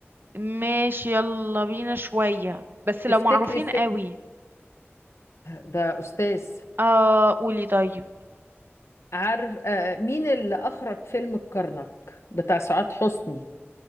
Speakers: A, on the right; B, on the left.
A: ماشي يلا بينا شويه بس لو
B: تفتكري
A: معروفين
B: في
A: قوي
B: ده أستاذ
A: اه قولي طيب
B: عارف آه مين اللي أخرج فيلم الكرنك بتاع سعاد حسني